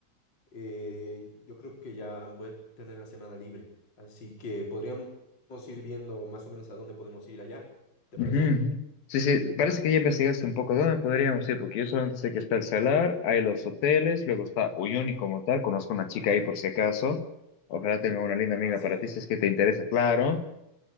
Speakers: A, on the left (about 30°); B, on the left (about 70°).
A: eh, yo creo que ya voy a tener la semana libre. Así que podríamos ir viendo más o menos a dónde podemos ir allá. ¿Te
B: Ujú,
A: parece?
B: ujú. Sí, sí, parece que ya investigaste un poco dónde podríamos ir, porque yo solamente sé que está el Salar, hay los hoteles, luego está Uyuni como tal, conozco una chica ahí por si acaso, ojalá tenga una linda amiga
A: ¿Ah, sí?
B: para ti si es que te interesa, claro,